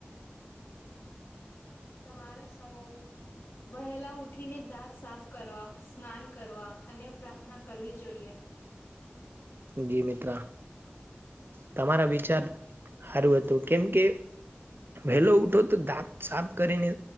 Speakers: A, on the left; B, on the right.
A: તમારા સવાલ વહેલા ઉઠીને દાંત સાફ કરવા, સ્નાન કરવા અને પ્રાર્થના કરવી જોઈએ
B: જી મિત્ર, તમારા વિચાર સારું હતું કેમ કે વહેલો ઉઠો તો દાંત સાફ કરીને